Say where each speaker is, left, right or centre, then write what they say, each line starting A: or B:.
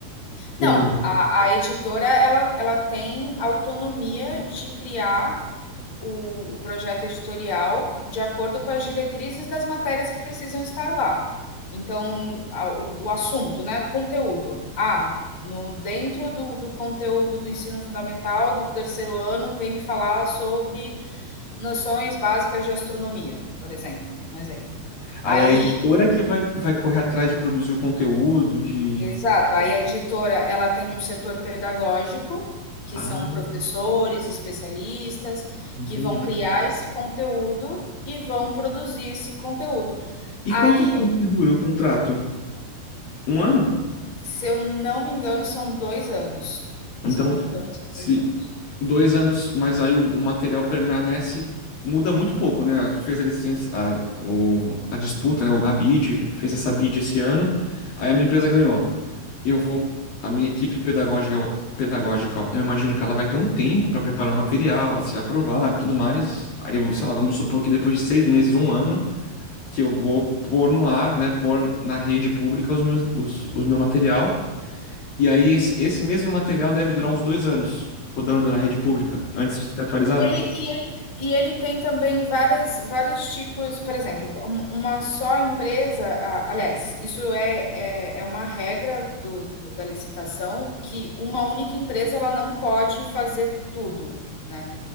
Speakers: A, on the left; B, on the left.
A: como
B: Não, a, a editora ela, ela tem autonomia de criar o, o projeto editorial de acordo com as diretrizes das matérias que precisam estar lá. Então, a- o, o assunto, né? O conteúdo. Ah, no, dentro do, do conteúdo do ensino fundamental do terceiro ano tem que falar sobre noções básicas de astronomia, por exemplo. Um exemplo.
A: Aí
B: Aí
A: a editora que vai, vai correr atrás de produzir o conteúdo, de.
B: Exato, aí a editora, ela tem um setor pedagógico, que
A: Ah,
B: são professores, especialistas,
A: entendi.
B: que vão criar esse conteúdo e vão produzir esse conteúdo. Aí,
A: E quantos anos que dura o contrato? Um ano?
B: se eu não me engano, são 2 anos. Se
A: Então,
B: eu não me engano, são
A: se
B: 2 anos.
A: dois anos, mas aí o, o material permanece, muda muito pouco, né? Fez a licença, a, o- a disputa, né? A bid, fez essa bid esse ano, aí a minha empresa ganhou. Eu vou, a minha equipe pedagógica, pedagógica, eu imagino que ela vai ter um tempo para preparar o material, ser aprovado
B: Sim.
A: e tudo mais. Aí, sei lá, vamos supor que depois de seis meses, um ano. que eu vou pôr no ar, né, pôr na rede pública os meus, os, os meu material. E aí esse, esse mesmo material deve durar uns dois anos rodando na rede pública antes de ser atualizado,
B: E ele, e ele, e ele tem também várias, vários tipos, por exemplo, um- uma só empresa, a- aliás, isso é, é, é uma regra do, do- da licitação, que uma única empresa ela não pode fazer tudo, né?